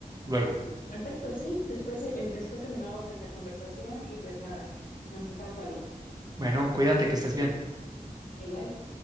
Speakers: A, on the right; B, on the left.
A: Luego,
B: Perfecto, sí. Después, eh, después continuamos nuestra conversación y pues nada, nos estamos hablando.
A: bueno, cuídate, que estés bien.
B: Igual.